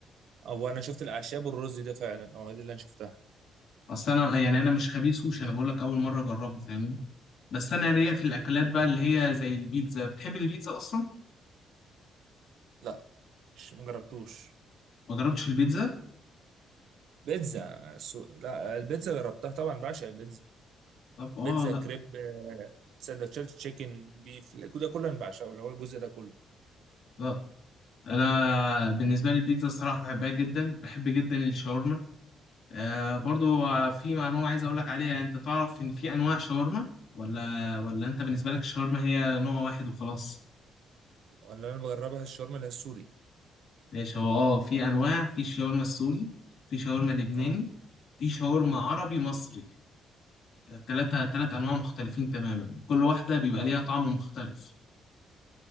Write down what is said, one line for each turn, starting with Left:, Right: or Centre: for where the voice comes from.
Right: هو انا شفت الاعشاب والرز ده فعلا اه دي اللي انا شفتها
Left: اصل انا آه، يعني انا مش خبير سوشي انا بقول لك اول مره اجربه فاهمني بس انا
Right: مم.
Left: ليا في الاكلات بقى اللي هي زي البيتزا بتحب البيتزا اصلا
Right: لا مش ما جربتوش
Left: ما جربتش البيتزا
Right: بيتزا سو... لا البيتزا جربتها طبعا بعشق البيتزا
Left: طب اه
Right: بيتزا
Left: لا
Right: كريب سندوتشات تشيكن بيف الجو ده كله انا بعشقه اللي هو الجزء ده كله
Left: لا انا بالنسبه لي البيتزا الصراحه بحبها جدا بحب جدا الشاورما آه برضو آه، في معلومه عايز اقول لك عليها انت تعرف ان في انواع شاورما ولا ولا انت بالنسبه لك الشاورما هي نوع واحد وخلاص
Right: ولا انا بجربها الشاورما اللي هي السوري
Left: ماشي هو اه في انواع في شاورما السوري في شاورما لبناني
Right: اه
Left: في شاورما عربي مصري ثلاثة ثلاث انواع مختلفين تماما كل واحده بيبقى
Right: اه
Left: ليها طعم مختلف